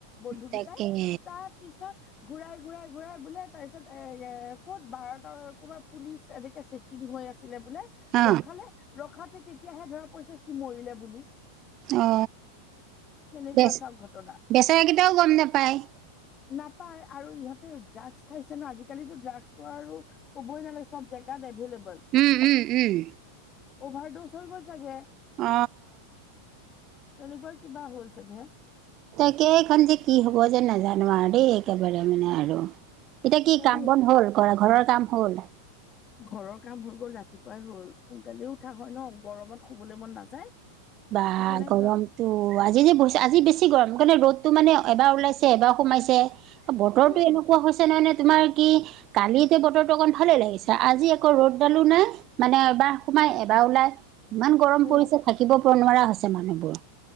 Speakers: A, on the left; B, on the right.
A: বন্ধুকেইটাই
B: তাকে
A: তা পিছত ঘূৰাই ঘূৰাই ঘূৰাই বোলে তাৰপিছত এ ক'ত বাৰতৰ ক'বাত পুলিচ এধিকে চেক- ইং হৈ আছিলে বোলে
B: অ',
A: ৰখালে ৰখাতে তেতিয়াহে ধৰা পৰিছে সি মৰিলে বুলি
B: অ
A: কেনেকুৱা
B: বেচ
A: চাওক ঘটনা
B: বেচেৰাকেইটাও গম নাপায়।
A: নাপায় আৰু ইহঁতে ড্ৰাগছ খাইছে ন আজিকালিতো ড্ৰাগছটো আৰু ক'বই নালাগে চব জেগাত এভেলেবল।
B: উম উম উম
A: অভাৰ ড'জ হৈ গ'ল চাগে।
B: অ।
A: তেনেকুৱা কিবা হ'ল চাগে।
B: তাকে এইখন যে কি হ'ব যে নাজানো আৰ দেই একেবাৰে মানে আৰু। এতিয়া
A: সঁচা
B: কি কাম
A: দেই
B: বন্ধ হ'ল কৰা ঘৰৰ কাম হ'ল।
A: ঘৰৰ কাম হৈ গ'ল ৰাতিপুৱাই হল সোনকালেও উঠা হয় ন গৰমত শুবলৈ মন নাযায়।
B: বা
A: সেইকাৰণে
B: গৰম ত আজি যে আজি বেছি গৰম কাৰণে ৰ'দটো মানে এবাৰ ওলাইছে এবাৰ সোমাইছে? বতৰটো
A: উম
B: এনেকুৱা হৈছে ন মানে তোমাৰ কি কালিতে বতৰটো অকণ ভালেই লাগিছে আজি আকৌ ৰ'দডালো নাই মানে এবাৰ সোমাই এবাৰ ওলাই। ইমান গৰম
A: অ
B: পৰিছে থাকিব নোৱাৰা হৈছে মানুহবোৰ।